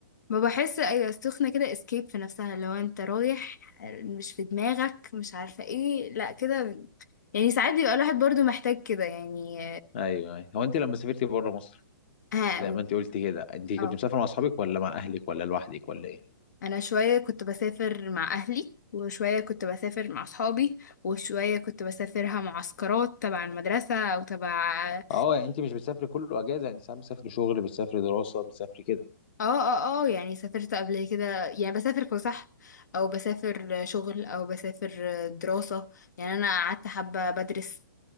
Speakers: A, on the left (about 60°); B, on the left (about 30°).
A: ما بحس ايوه السخنه كده اسكيب في نفسها اللي هو انت رايح مش في دماغك مش عارفه ايه لا كده يعني ساعات بيبقى الواحد برضو محتاج كده يعني
B: أيوه أيوه. هو أنت لما سافرت بره مصر
A: ها
B: زي ما أنت قلت كده أنت كنت
A: اه
B: مسافر مع أصحابك ولا مع أهلك ولا لوحدك ولا إيه؟
A: انا شويه كنت بسافر مع اهلي وشويه كنت بسافر مع اصحابي وشويه كنت بسافرها معسكرات تبع المدرسه او تبع
B: اه يعني أنت مش بتسافري كله أجازة يعني ساعات بتسافري شغل بتسافري دراسة بتسافري كده
A: اه اه اه يعني سافرت قبل كده يعني بسافر فسح او بسافر شغل او بسافر دراسه يعني انا قعدت حبه بدرس